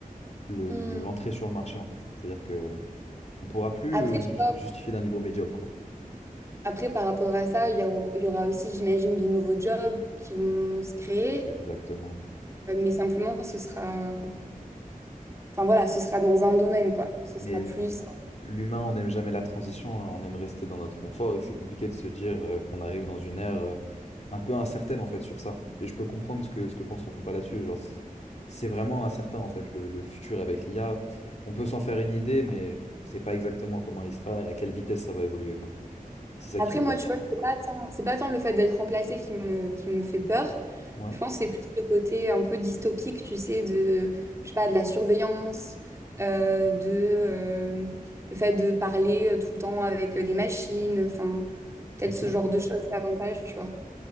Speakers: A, on the left; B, on the right.
A: le-
B: Mm.
A: le- l'entrée sur le marché en fait. C'est-à-dire que on pourra plus
B: Après,
A: euh,
B: tu
A: ju-
B: vois,
A: justifier d'un niveau médiocre, quoi.
B: après, par rapport à ça, il y a- il y aura aussi, j'imagine, de nouveaux jobs qui vont se créer,
A: Exactement.
B: euh, mais simplement, ce sera, enfin voilà, ce sera dans un domaine, quoi. Ce
A: Mais
B: sera plus.
A: l'humain, on n'aime jamais la transition, hein, on aime rester dans notre confort et c'est compliqué de se dire euh, qu'on arrive dans une ère euh, un peu incertaine en fait sur ça. Et je peux comprendre ce que, ce que pense ton compas là-dessus. Genre, c'est c'est vraiment incertain en fait le, le futur avec l'IA. On peut s'en faire une idée, mais c'est pas exactement comment il sera et à quelle vitesse ça va évoluer, quoi. C'est ça
B: Après,
A: qui fait
B: moi,
A: peur.
B: tu vois, c'est pas tant, c'est pas tant le fait d'être remplacé qui me, qui me fait peur.
A: Ouais,
B: Je pense que c'est plus le côté un peu dystopique, tu sais, de, je sais pas, de la surveillance, euh, de, euh, le fait de parler euh, tout le temps avec euh, des machines, enfin, peut-être
A: ok.
B: ce genre de choses davantage, tu vois.